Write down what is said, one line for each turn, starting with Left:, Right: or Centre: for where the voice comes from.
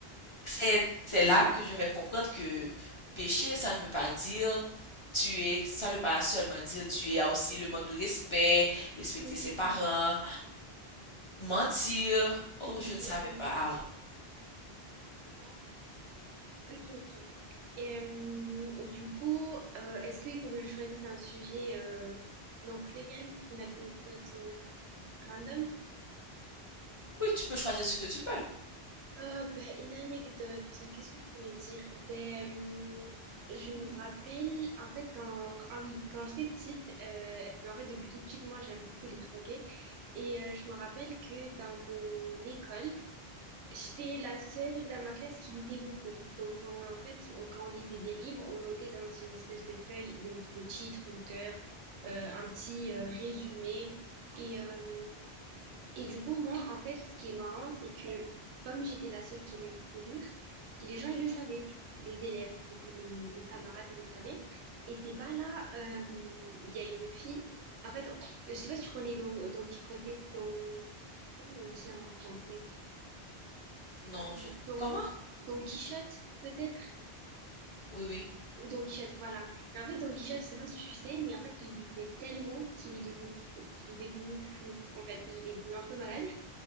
Left: c'est, c'est là que je vais comprendre que pécher, ça ne veut pas dire tuer, ça ne veut pas seulement dire tuer, il y a aussi le manque de respect, respecter
Right: oui,
Left: ses parents, mentir. Oh,
Right: oui,
Left: je ne
Right: c'est
Left: savais
Right: vrai.
Left: pas avant.
Right: Bon, Ok, ok. Et euh, du coup, euh, est-ce qu'il faut que je choisisse un sujet, euh, n'importe lequel, une anecdote euh, random?
Left: Oui, tu peux choisir ce que tu veux.
Right: Euh, ben, une anecdote, qu'est-ce que je pourrais dire? Ben, hum, je me rappelle, en fait, quand, quand- ah oui, quand j'étais petite, euh, ben, en fait, depuis toute petite, moi, j'aime beaucoup lire, ok? Et euh, je me rappelle que dans mon école, j'étais la seule dans ma classe qui lisait beaucoup. Donc, on- en fait, on- quand on lisait des livres, on notait dans une espèce de feuille le, le titre, l'auteur, euh, un petit euh, résumé. Et, euh, et du coup, moi, en fait, ce qui est marrant, c'est que comme j'étais la seule qui aimait beaucoup lire, les gens, ils le savaient. Les élèves, donc mes, mes camarades, ils le savaient. Et c'est pas là, euh, il y a une fille. En fait, je sais pas si tu connais Don, Don Quichotte, Don... Comment on dit en français?
Left: Non,
Right: Euh,
Left: je...
Right: Don,
Left: Comment?
Right: Don Quichotte, peut-être?
Left: Oui, oui.
Right: Ou Don Quichotte, voilà. Et en fait, Don Quichotte, je sais pas si tu sais, mais en fait, il lisait tellement qu'il est devenu fou, qu'il est devenu fou. En fait, il est devenu un peu malade.